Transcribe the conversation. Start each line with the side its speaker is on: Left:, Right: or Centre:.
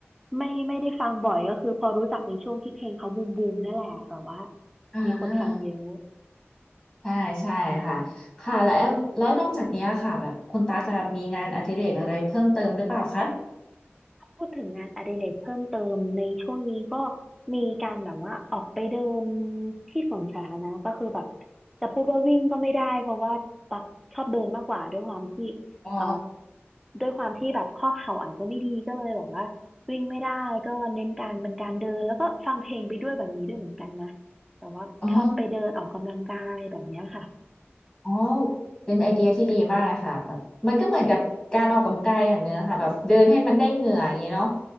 Centre: ไม่ไม่ได้ฟังบ่อยก็คือพอรู้จักในช่วงที่เพลงเขาบูมบูมนั่นแหละแบบว่า
Left: อ่า
Centre: มีคนฟังเยอะ
Left: ใช่ใช่ค่ะค่ะแล้วแล้วนอกจากเนี้ยค่ะแบบคุณตั๊กอะมีงานอดิเรกอะไรเพิ่มเติมหรือเปล่าคะ
Centre: พูดถึงงานอดิเรกเพิ่มเติมในช่วงนี้ก็มีการแบบว่าออกไปเดินที่สวนสาธารณะก็คือแบบจะพูดว่าวิ่งก็ไม่ได้เพราะว่าตักชอบเดินมากกว่าด้วยความที่
Left: อ๋อ
Centre: เอ่อด้วยความที่แบบข้อเข่าอาจจะไม่ดีก็เลยแบบว่าวิ่งไม่ได้ก็เน้นการเป็นการเดินแล้วก็ฟังเพลงไปด้วยแบบนี้ด้วยเหมือนกันนะแต่ว่าชอบไปเดินออกกำลังกายแบบเนี้ยค่ะ
Left: อ๋ออ๋อเป็นไอเดียที่ดีมากเลยค่ะแบบมันก็เหมือนกับการออกกำลังกายอย่างเนื้อค่ะแบบเดินให้มันได้เหงื่ออย่างเงี้ยเนาะ